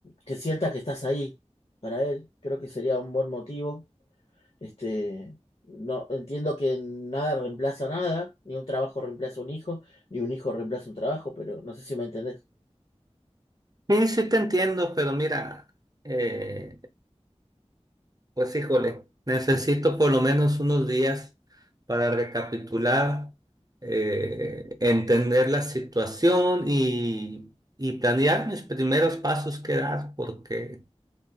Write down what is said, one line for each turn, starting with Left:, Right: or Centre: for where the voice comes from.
Left: que sienta que estás ahí para él. Creo que sería un buen motivo. Este, no entiendo que nada reemplaza nada, ni un trabajo reemplaza un hijo, ni un hijo reemplaza un trabajo, pero no sé si me entendés.
Right: sí, sí te entiendo, pero mira, eh, Pues híjole, necesito por lo menos unos días para recapitular, eh, entender la situación y, y planear mis primeros pasos que dar, porque